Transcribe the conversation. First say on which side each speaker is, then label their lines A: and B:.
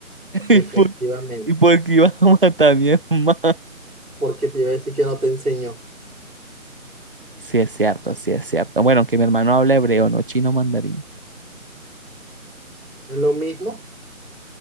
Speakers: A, on the right (about 40°); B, on the right (about 85°).
A: <laughs> ¿Y
B: Efectivamente.
A: por, y por qué ibas a matar a mi hermano?
B: Porque te iba a decir que no te enseñó.
A: Sí es cierto, sí es cierto. Bueno, que mi hermano habla hebreo, no chino mandarín.
B: ¿No es lo mismo?